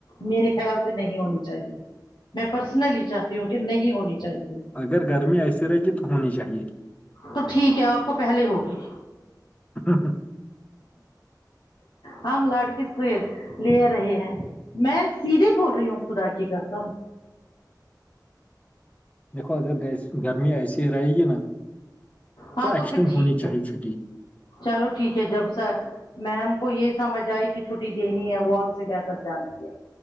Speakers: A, on the left; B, on the left.
A: میرے خیال سے نہیں ہونی چاہیے میں پرسنلی چاہتی ہوں کہ نہیں ہونی چاہیے
B: اگر گرمی ایسی رہے گی تو ہونی چاہیے
A: تو ٹھیک ہے آپ کو پہلے ہوگی
B: ہاں
A: ہم لڑکی سیر لے رہے ہیں میں سیدھے بول رہی ہوں خدا کی کرسم
B: دیکھو اگر گرمی ایسی رہے گی نا
A: ہاں
B: تو ایکسیڈینڈ
A: پھر ٹھیک
B: ہونی
A: ہے
B: چاہیے چھٹی
A: چلو ٹھیک ہے جب سا میم کو یہ سمجھ آئے کہ چھٹی دینی ہے وہ ہم سے بہتر جانتی ہے